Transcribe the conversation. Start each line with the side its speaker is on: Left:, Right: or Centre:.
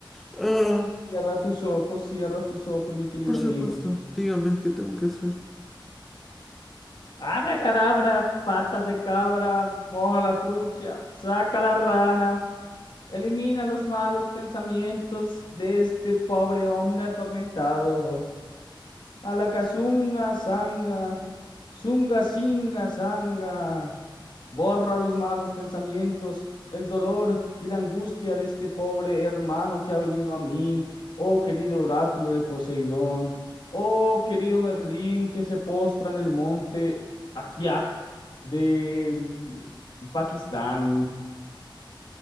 Centre: Ah,
Left: Cierra tus ojos, cierra tus ojos, mi querido
Centre: por
Left: amigo.
Centre: supuesto, dígame qué tengo que hacer.
Left: Abra cadabra, patas de cabra, moja la trucha, saca la rana, elimina los malos pensamientos de este pobre hombre atormentado. A la cazunga, zanga, zunga, singa, zanga. Borra los malos pensamientos, el dolor y la angustia de este pobre hermano que ha venido a mí. Oh querido oráculo de Poseidón, oh querido Merlín que se postra en el monte Ajiac de mm, Pakistán.